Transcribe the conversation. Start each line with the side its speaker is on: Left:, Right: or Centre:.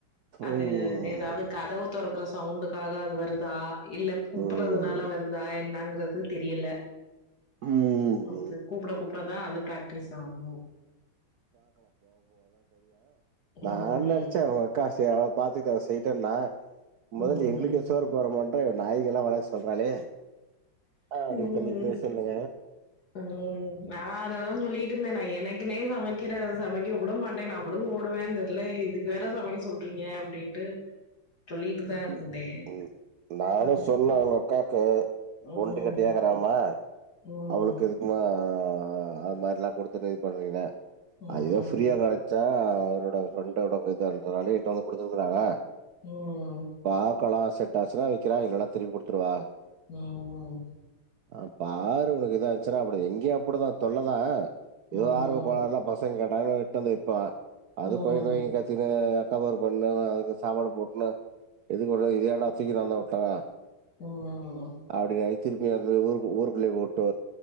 Left: அது
Right: ம்,
Left: ஏதாவது கதவு தொறக் இருக்குற சவுண்டுக்காக அது வருதா இல்ல கூப்படுறதுனால
Right: ம்.
Left: வருதா என்னாங்க அது தெரியல
Right: ம்
Left: அது கூப்பிடகூப்பிடதா அது பிராக்டிஸ் ஆகு நோ
Right: நான்
Left: ம்
Right: நெனச்சே உங்கக்கா சேரி அத பாத்துக்ட்டு இத செய்யிட்டேனா மொதல்ல
Left: ம்
Right: எங்களுக்கே சோறு போடமாட்ற இவ நாய்க்கு எல்லா வளக்க சொல்றாளே அப்டி
Left: உம்
Right: சொல்லி பேசுனே
Left: உம் நா அததா சொல்லிட்டு இருந்தே நா எனக்கு இதுக்குனே சமைக்கிற சமைக்க கூடமாட்டே நான் பாட்டுக்கு ஓடுவே இந்திதுல இதுக்கு வேற சமைக்க சொல்றீங்க அப்டின்ட்டு சொல்லிட்டுதா இருந்தே
Right: ம் ம் நானு
Left: ம்
Right: சொன்னே உங்க அக்காக்கு
Left: ம்
Right: ஒண்டு கட்டயாக்கறாம,
Left: ம்
Right: அவளுக்கு எதுக்குமா ஆஹ் அது மாரி எல்லா குடுத்துட்டு இது பண்றீங்க
Left: ம்
Right: ஐயோ ஃப்ரீயா கெடச்சா அவரோட ஃப்ரெண்டோட <unintelligible> எடுத்துட்டு வந்து குடுத்துருக்காங்க
Left: ம் ம்
Right: பா கலா செட் ஆச்சுன்னா விக்கறே இல்லனா திருப்பி குடுத்துடுவ
Left: ம் உம்
Right: அபாரு உனக்கு ஏதா ஆச்சுன்னா அப்படி இங்கேயு அப்படிதா தொல்லதா ஏதோ
Left: ம்
Right: ஆர்வகோளாறுல பசங்க தான விட்டு வந்து இப்பா அது
Left: ம்
Right: கொயகொயன் கத்தினு கவர் பண்ணு அது சாப்பாடு போட்ணு இது கூட இது ஏண்டா தூக்கிட்டு வந்து விட்டவ
Left: ம்
Right: அப்டி திரும்ப்பி அந்த ஊர் ஊருர்கள்ளே போட்டு